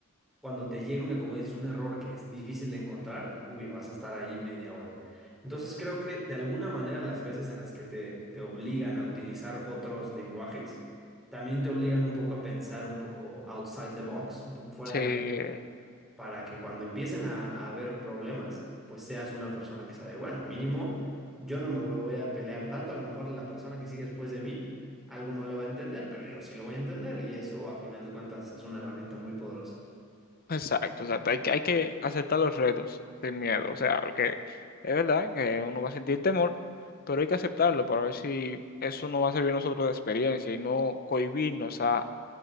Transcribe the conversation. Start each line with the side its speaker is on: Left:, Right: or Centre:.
Centre: cuando te llega una, como dices, un error que es difícil de encontrar, uy, vas a estar ahí media hora. Entonces creo que de alguna manera las veces en las que te, te obligan a utilizar otros lenguajes, también te obligan un poco a pensar un poco outside the box, un poco fuera
Left: sí,
Centre: de la para que cuando empiecen a, a haber problemas, pues seas una persona que sea de, bueno, mínimo, yo no me voy a pelear tanto, a lo mejor la persona que sigue después de mí, algo no le va a entender, pero yo sí lo voy a entender y eso a final de cuentas es una herramienta muy poderosa.
Left: exacto. O sea, hay que, hay que aceptar los retos sin miedo. O sea, porque es verdad que uno va a sentir temor, pero hay que aceptarlo para ver si eso nos va a servir a nosotros de experiencia y no cohibirnos a